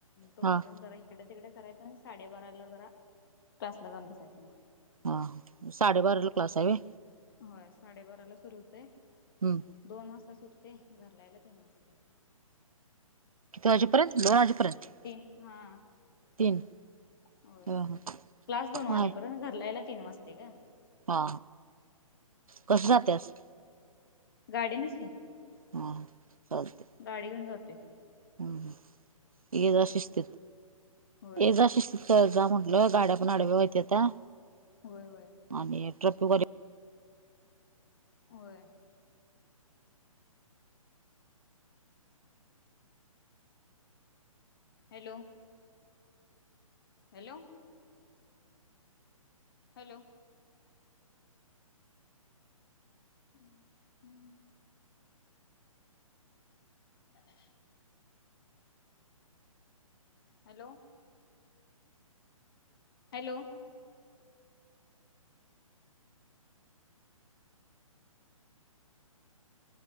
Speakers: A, on the left (about 40°); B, on the right (about 75°).
A: तोपर्यंत
B: हा
A: जरा इकडे तिकडे करायचं अन् साडेबाराला जरा क्लास ला जाऊन बसायचं म
B: हा साडे बाराला क्लास हाय‌ व्हय.
A: होय, साडेबाराला सुरू होतोय
B: हम्म
A: दोन वाजता सुटते घरला यायला तीन वाजते‌.
B: किती वाजेपर्यंत दोन वाजेपर्यंत
A: तीन हा
B: तीन
A: होय,
B: हा
A: क्लास
B: हा
A: दोन वाजेपर्यंत
B: आहे
A: घरला यायला तीन वाजते ग
B: हा कस जात्यास.
A: गाडीनच ये.
B: हा चालते.
A: गाडी घेऊन जाते.
B: हम्म हम्म ये जा शिस्तीत
A: होय
B: इथं जा म्हटलं गाड्या पण आडव्या व्हत्या त्या
A: होय होय.
B: आणि ट्रप वगैरे,
A: होय, hello, hello, hello, <unintelligible> <inaudible> hello, hello,